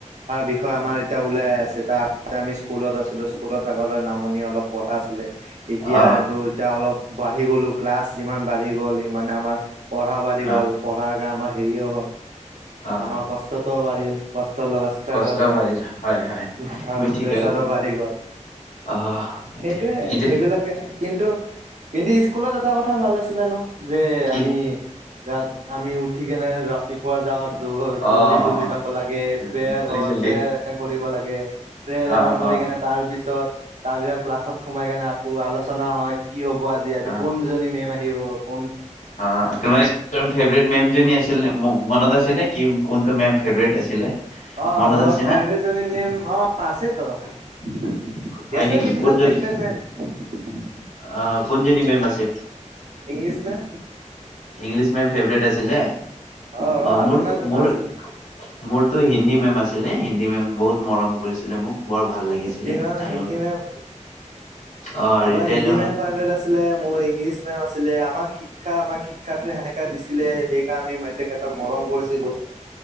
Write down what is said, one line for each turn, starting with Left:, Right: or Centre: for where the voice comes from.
Right: বিষয় আমাৰ এতিয়া ওলাই আছে তাৰ আমি স্কুলত আছিলোঁ স্কুলত থাকোঁতে নামনি অলপ পঢ়া আছিলে এতিয়াটো
Left: আহ
Right: এতিয়া অলপ বাঢ়ি গ'লো ক্লাছ যিমান বাঢ়ি গ'ল সিমানে আমাৰ পঢ়া বাঢ়ি
Left: আহ
Right: গল পঢ়াৰে আমাৰ হেৰিও হয়ওক
Left: আহ
Right: আমাৰ কষ্টটো বাঢ়িল। কষ্ট লগা ষ্ট্ৰাগল
Left: কষ্ট হয় হয়
Right: মাথাৰ
Left: তুমি ঠিকে
Right: প্ৰেছাৰো বাঢ়ি গ'ল
Left: আহ
Right: সেইটোৱে
Left: ইতি
Right: সেইবিলাকে কিন্তু কিন্তু স্কুলত এটা কথা ভাল আছিলে ন যে
Left: কি
Right: আমি তাত আমি উঠ ঠিকেনে ৰাতি পোৱা যাওঁত
Left: অ
Right: জ্বলদি জ্বলদি
Left: অ অ
Right: যাব লাগে প্ৰেয়াৰ
Left: জল্দি
Right: হয়
Left: জল্দি
Right: প্ৰেয়াৰ এটেন কৰিব লাগে। গে। পেয়াৰ
Left: অ
Right: এটেন কৰি
Left: অ
Right: কেনে তাৰ পিছত পিছত তাৰপিছত ক্লাছত সোমাই কেনে আলোচনা হয় কি হ'ব আজি
Left: অ
Right: কোনজনী মেম আহিব ক
Left: অ তোমাৰ ফেভট মেম আছিল মনত আছে নে কি কোনটো মেম? ফেভৰেট আছিলে
Right: অৰ্ড
Left: মনত আছে
Right: ফেব্ৰত
Left: নে
Right: নেম অ আছে ত <unintelligible>
Left: হয়
Right: এছ
Left: নেকি
Right: কিবিলাক
Left: কোনজনী
Right: ফেভট ম
Left: অ কোন জ নি মেম আছে
Right: English ma'am
Left: English ma'am favourite আছে আছিলে
Right: অ অ আপোন
Left: মোৰ
Right: কথা
Left: মোৰ
Right: আছিলছে
Left: মোৰতো হিন্দী মেম আছিলে হিন্দী মেম বহুত মৰম কৰিছিলে মোক বৰ ভাল লাগিছিলে
Right: হিন্দী
Left: আৰু
Right: হিন্দী মেম
Left: অ
Right: আপোনাৰ
Left: ৰিটায়াৰ
Right: হিন্দী
Left: হ'ল
Right: মেম ফাইভেট আছে মোৰ ইংলিছ মেম আছিলে, আমাক শিক্ষা আমাক শিক্ষা সেনেকা দিছিলে সেয়ে আমি তেখেতক মৰম কৰিছিলো।